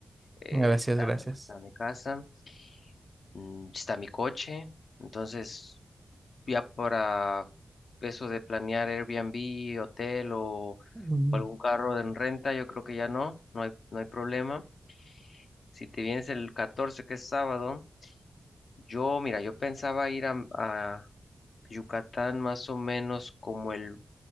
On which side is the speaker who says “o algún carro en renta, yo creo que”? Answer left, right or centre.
Left